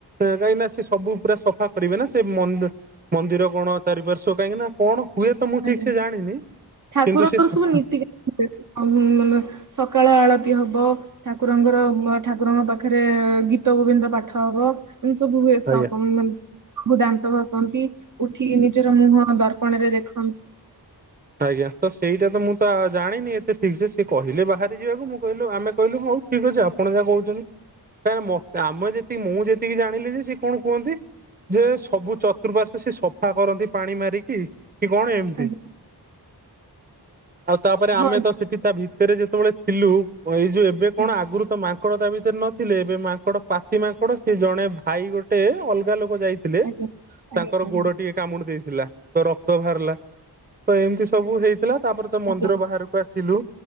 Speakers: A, on the right (about 20°); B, on the right (about 50°).
A: କାହିଁକି ନା ସେ ସବୁ ପୁରା ସଫା କରିବେ ନା ସେି ମନ୍ଦିର କଣ ଚାରିପାର୍ଶଵ କାହିଁକି ନା କଣ ହୁଏ ତ ମୁଁ ଠିକ
B: ଆଜ୍ଞା
A: ସେ ଜାଣିନି
B: ଠାକୁରଙ୍କର
A: କିନ୍ତୁ ସେ ସଫା
B: ସବୁ ନୀତି ମାନେ ସକାଳ ଆଳତି ହବ ଠାକୁରଙ୍କର ଠାକୁରଙ୍କ ପାଖରେ ଗୀତ ଗୋବିନ୍ଦ ପାଠ ହବ। ସବୁ ହୁଏ ସବୁ
A: ଆଜ୍ଞା
B: ଦାନ୍ତଘସନ୍ତି ଉଠିକି ନିଜର ମୁହଁ ହଁ ଦର୍ପଣ ରେ ଦେଖ
A: ଆଜ୍ଞା ତ ସେଇଠି ଏଇଟ ତ ମୁଁ ତ ଜାଣିନି ଏତେ ଠିକ୍ ସେ କହିଲେ ବାହାରେ ଯିବାକୁ ମୁଁ କହିଲ ଆମେ କହିଲୁ ହଉ ଠିକ ଅଛି ଆପଣ ଯାହା କହୁ ମ ଆମେ ଯେତିକି ମୁଁ ଯେତିକି ଜାଣିଲି ଯେ ସେ କଣ କୁହନ୍ତି ଯେ ସବୁ ଚତୁର୍ଃପାର୍ଶ୍ଵ ସ ସେ ସଫା କରନ୍ତି ପାଣି ମାରିକି। କଣ ଏମିତି,
B: ଆଜ୍ଞା
A: ଆଉ ତାପରେ ଆମେ
B: ହଁ
A: ତ ସେଠି ତା ଭୂ ଭିତରେ ଯେତେବେଳେ ଥିଲୁ ଏଇ ଯୋଉ ଏବେ
B: ଆଜ୍ଞା
A: କଣ ଆଗରୁ ତ ମା ଙ୍କଡ ତା ଭିତରେ ନଥିଲେ ଏବେ ମାଙ୍କଡ ପାତି ମାଙ୍କଡ ସେ ଜଣେ ଭାଇ ଗୋଟେ ଅଲଗା ଲୋକ ଯାଇଥିଲେ
B: ଆଜ୍ଞା ଆଜ୍ଞା
A: ତାଙ୍କର
B: ଆଜ୍ଞା
A: ଗୋଡ ଟିକେ କାମୁଡି ଦେଇଥିଲା ତ ରକ୍ତ ବାହାରିଲା, ତ ଏମିତି ସବୁ ହେଇଥିଲା ତାପରେ ତ ମନ୍ଦିର
B: ଆଜ୍ଞା
A: ବାହାରକୁ ଆସିଲୁ।